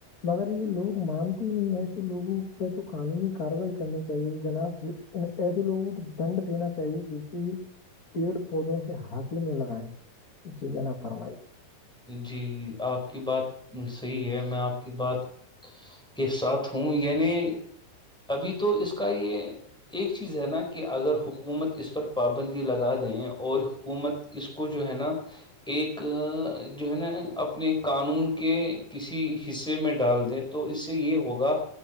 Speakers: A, on the left; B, in the centre.
A: مگر یہ لوگ مانتے نہیں ایسے لوگوں پہ تو قانونی کاروائی کرنی چاہیے جناب ایسے لووں کو دنڈ دینا چاہیے جس سے پیڑ پودوں سے ہاتھی میں لگائے جی کہ ن فرمائی
B: جی آپ کی بات صحیح ہے میں آپ کی بات یہ ساتھ ہوں یعنی ابھی تو اس کا یہ ایک چیز ہے نا کہ اگر حکومت اس پر پابندی لگا دیں اور حکومت اس کو جو ہے نا ایک جو ہے نا اپنے قانون کے کسی حصے میں ڈال دیں تو اس سے یہ ہوگا